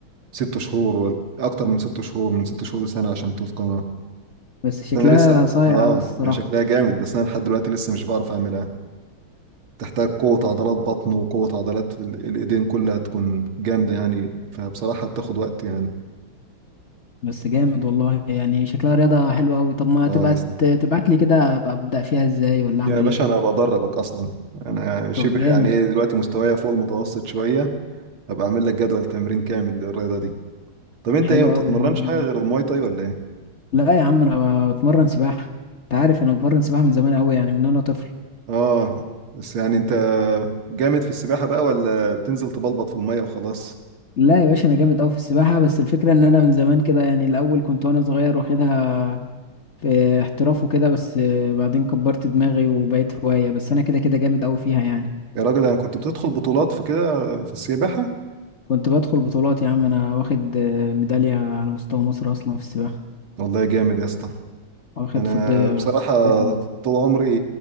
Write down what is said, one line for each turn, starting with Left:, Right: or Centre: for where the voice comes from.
Right: ست شهور ولا اكتر من ست شهور من ست شهور لسنة عشان تتقنها
Left: بس شكلها
Right: انا لسه
Left: صايع
Right: اه
Left: قوي الصراحة
Right: هي شكلها جامد بس انا لحد دلوقتي لسه مش بعرف اعملها تحتاج قوة
Left: طب وال-
Right: عضلات بطن وقوة عضلات في ال- الايدين كلها تكون جامدة يعني فبصراحة بتاخد وقت يعني
Left: بس جامد والله يعني شكلها رياضة حلوة قوي طب ما
Right: اه
Left: تبقى
Right: يا اسطى
Left: تبعت لي كده ابقى ابدأ فيها ازاي ولا اعمل
Right: يا باشا
Left: ايه
Right: انا بدربك اصلا انا شبه
Left: طب جامد
Right: يعني ايه دلوقتي مستوايا فوق المتوسط شوية هبقى اعمل لك جدول تمرين كامل للرياضة دي طب انت
Left: حلو
Right: ايه ما بتتمرنش
Left: قوي يا عم انا
Right: حاجة
Left: موافق.
Right: غير الماي تاي ولا ايه
Left: لا يا عم انا بتمرن سباحة انت عارف انا بتمرن سباحة من زمان قوي يعني من وانا طفل
Right: اه بس يعني انت جامد في السباحة بقى ولا بتنزل تبلبط في المية وخلاص
Left: لا يا باشا انا جامد قوي في السباحة بس الفكرة ان انا من زمان كده يعني الاول كنت وانا صغير واخدها في احتراف وكده بس بعدين كبرت دماغي وبقيت هواية بس انا كده كده جامد قوي فيها يعني
Right: يا راجل انا كنت بتدخل بطولات في كده في السباحة
Left: كنت بدخل بطولات يا عم انا واخد آه، ميدالية على مستوى مصر اصلا في السباحة
Right: والله جامد يا اسطى
Left: واخد
Right: انا
Left: فضية
Right: بصراحة
Left: فضية مصر
Right: طول عمري